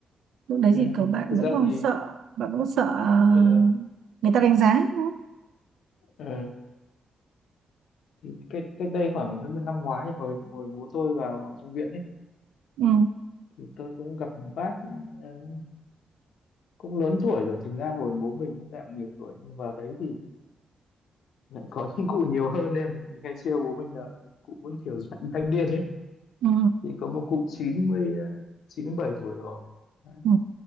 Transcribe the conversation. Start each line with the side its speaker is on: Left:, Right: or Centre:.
Right: lúc đấy
Left: Ừ.
Right: thì các bạn
Left: Thực ra
Right: vẫn còn
Left: thì
Right: sợ bạn vẫn còn sợ ờ,
Left: ờ,
Right: người ta đánh giá đúng không
Left: ờ, thì cách cách đây khoảng đến năm ngoái hồi hồi bố tôi vào trong viện ấy
Right: ừ
Left: thì tôi cũng gặp một bác ờ, cũng lớn tuổi rồi thực ra hồi bố mình cũng dạng nhiều tuổi nhưng vào đấy thì lại có những cụ nhiều hơn nên mình mình hay trêu bố mình là cụ vẫn kiểu dạng thanh niên ấy
Right: ừ
Left: thì có một cụ chín mươi ờ, 97 tuổi rồi đấy.
Right: ừ